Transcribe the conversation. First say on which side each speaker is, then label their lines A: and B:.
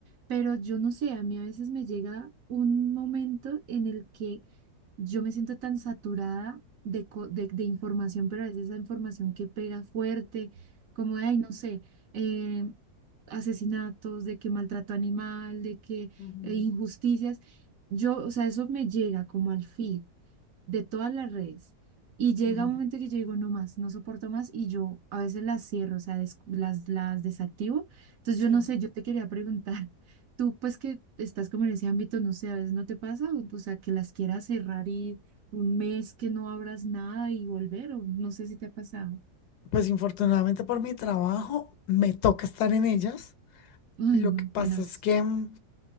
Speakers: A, on the right; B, on the left.
A: pero yo no sé, a mí a veces me llega un momento en el que yo me siento tan saturada de, co- de, de información, pero a veces esa información que pega fuerte, como de, ay, no sé, eh, asesinatos, de que maltrato animal, de que
B: ujú,
A: eh, injusticias, yo, o sea, eso me llega como al feed de todas las redes. Y llega
B: ujú.
A: un momento que yo digo, no más, no soporto más y yo a veces las cierro, o sea, des- las, las desactivo. Entonces
B: Sí.
A: yo no sé, yo te quería preguntar, <laughs> tú pues que estás como en ese ámbito, no sé, a veces no te pasa, o, o sea, que las quieras cerrar y un mes que no abras nada y volver, o no sé si te ha pasado.
B: Pues infortunadamente por mi trabajo me toca estar en ellas.
A: Ay,
B: Lo
A: no,
B: que pasa
A: tenaz.
B: es que mm,